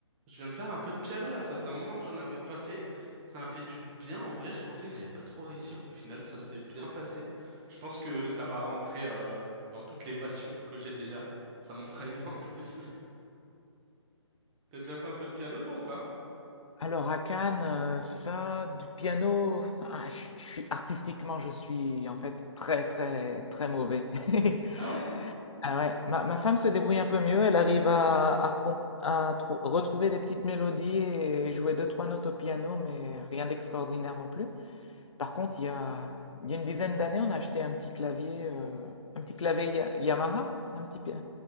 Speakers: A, on the right; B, on the left.
A: Je viens de faire un peu de piano là, ça faisait un moment que j'en avais pas fait. Ça m'a fait du bien en vrai, je pensais que j'allais pas trop réussir. Au final, ça s'est bien passé. Je pense que ça va rentrer euh, dans toutes les passions que j'ai déjà. Ça m'en fera une en plus. <laughs> T'as déjà fait un peu de piano toi ou pas?
B: Alors à Cannes, euh, ça, du piano, ah, je je suis artistiquement, je suis en fait très très très mauvais. <laughs>
A: Ah ouais?
B: Ah ouais, ma, ma femme se débrouille un peu mieux, elle arrive à, à recom- à trou- retrouver des petites mélodies et jouer deux trois notes au piano, mais rien d'extraordinaire non plus. Par contre, il y a, il y a une dizaine d'années, on a acheté un petit clavier, euh, un petit clavier Ya- Yamaha, un petit, pi- euh,